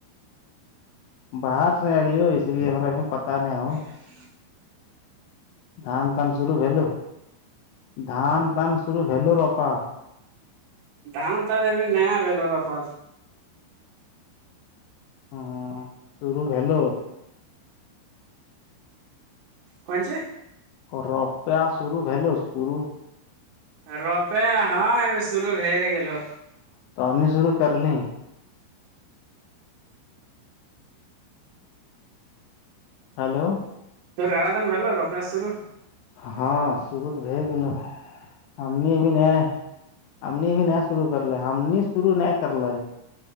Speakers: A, on the left; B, on the right.
A: باہر سے آی ہو اس لیے ہمیں بھی پتا نہ ہو
B: <unintelligible>
A: دھان تان شروعو دھان تان شروو روپا
B: دھان ت اب نیا ہے روپر
A: ہاں ہاں تو رو بلو
B: کون سےی
A: روپیہ سرو بلو سرو
B: روپے ہاں اب شرو ہو گ ہو
A: تو آنی شرو کر لیں ہلو
B: توور گاراادن بولور ابسر
A: ہاں شروع تو بھی گو ا ا بھی نہیں ا بھی نہیں شرو کرلے ہمنی شرو نہیں کرلے